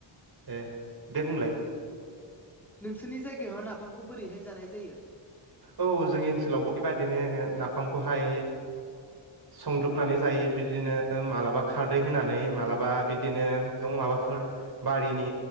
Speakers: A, on the right; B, in the centre.
A: ए दे बुंलाय।
B: नोंसोरनि जायगायाव नाफामखौ बोरैहाय जानाय जायो?
A: औ जोंनि ओनसोलाव बेबादिनो नाफामखौहाय संदबनानै जायो बिदिनो मालाबा खारदै होनानै मालाबा बिदिनो मैगं माबाफोर बारिनि